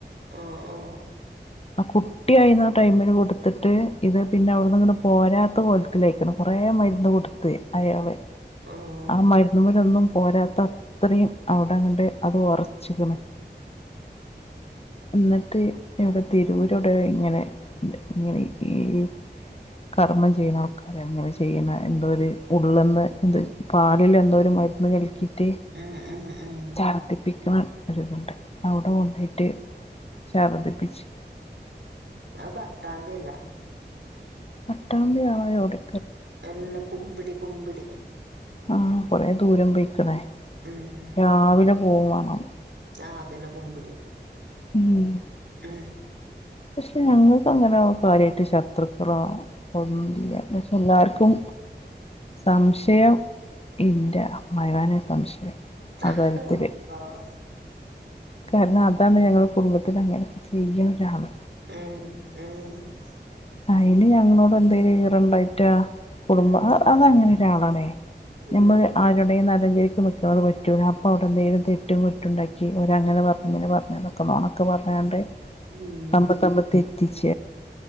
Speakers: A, on the right; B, on the left.
A: അഹ് അഹ് അഹ്
B: അ ക്കു കുട്ടിഴുന്ന ടൈമിൽ കൊടുത്തിട്ട് ഇത് പിന്നെ അവിടുന്ന് ഇങ്ങെ പോരാത്ത കൊലത്തിലയിക്ക്ണ് കുറേ മരുന്ന് കൊടുത്ത് അയാള്
A: ആഹ
B: ആ മരുന്നുമലൊന്നും പോരാത്ത അത്രയും അവിടെങ്ങണ്ട് അത് ഒറച്ചിക്കണ് എന്നിട്ട് ഇവിടെ തിരൂരടെ ഇങ്ങനെണ്ട് ഇങ്ങനെ ഈ കർമ്മം ചെയ്യുന്ന ആൾക്കാര എങ്ങനെ ചെയ്യണ എന്തോ ഉള്ളെന്ന് എന്ത പാലിൽ എന്തോ ഒരു മരുന്ന് കലക്കിട്ട്
A: ആഹ് ആഹ് ഉം ഉം ഉം
B: ചർ ദ്ധിപ്പിക്കുന്ന ഒരിതുണ്ട് അവിടെ കൊണ്ടയിട്ട് ഛർദിപ്പിച്ച്
A: ആഹ് പട്ടാമ്പില്ല്യ
B: പട്ടാമ്പി ആയോടെ
A: അല്ല കുമ്പിടി കുമ്പിടി
B: ആ കൊറെ ദൂരം പോയിക്കണേ
A: ഉമ്
B: രാവിലെ പോവണം
A: ആഹ് അതന്നെ കുമ്പിടിയ
B: ഉം
A: ഉം
B: പക്ഷെ ഞങ്ങൾക്ക് അങ്ങനെ കാര്യമായിട്ട് ശത്രുക്കളോ തന്നില്ല പക്ഷെ എല്ലാർക്കും സംശയം ഇന്റെ അമ്മായിമാനെ സംശയം
A: <unintelligible>
B: ആ കാര്യത്തില്
A: അല്ലാഹ്
B: കാരണം അതാണ് ഞങ്ങളുടെ കുടുംബത്തിൽ അങ്ങനെയൊക്കെ ചെയ്യുന്ന ഒരാള്
A: ഉം ഉം
B: അയ്ന് ഞങ്ങളോട് എന്തെലും ഇറണ്ടായിറ്റാ കുടുംബ
A: ഉണ്ടാവും
B: അത അങ്ങനെ ഒരാളാണേ
A: ഉം
B: നമ്മള് ആ അവരുടെെങ്കില നാലഞ്ചരിക്ക് നിൽക്കും അത് പറ്റ അപ്പോൾ അവിടെന്തങ്കിലും തെും കുറ്റ ഉണ്ടി അവരങ്ങെ പറഞ്ഞഞ്ങ്ങനെ പറഞ്ഞത നൊണ ക്ക പറഞാണ്ട്
A: ഉം
B: തമ്മിൽ തമ്മിൽ ത്തെറ്റിച്ച